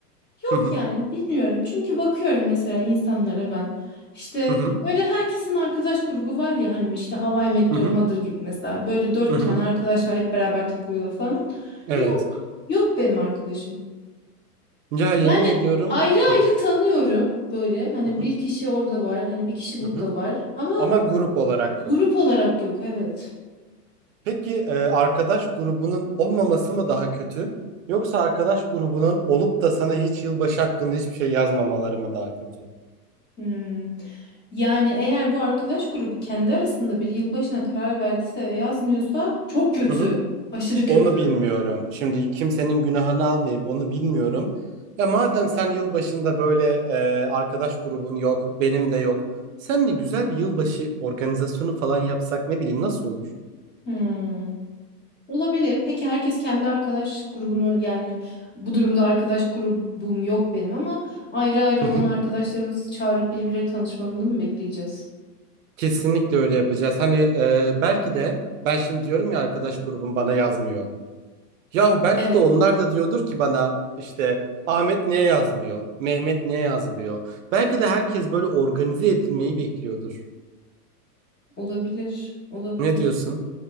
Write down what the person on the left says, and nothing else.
Yok
yani bilmiyorum. Çünkü bakıyorum mesela insanlara ben. İşte
böyle herkesin arkadaş grubu var ya hani işte Hawaii
I
Mother gibi mesela. Böyle dört
tane arkadaş var hep beraber takılıyorlar falan.
Yok. Yok benim arkadaşım.
Yani
ayrı
ayrı tanıyorum böyle. Hani
bir kişi orada var. Hani bir kişi burada
var. Ama
grup
olarak yok evet.
Hmm. Yani eğer bu arkadaş grubu kendi arasında bir yılbaşına karar verdiyse ve yazmıyorsa çok kötü.
Aşırı kötü.
Hmm, olabilir. Peki herkes kendi arkadaş grubunu yani bu durumda arkadaş grubum yok benim ama ayrı ayrı
olan
arkadaşlarımızı çağırıp birbirleri tanışmalarını mı bekleyeceğiz?
Evet,
olabilir. Olabilir.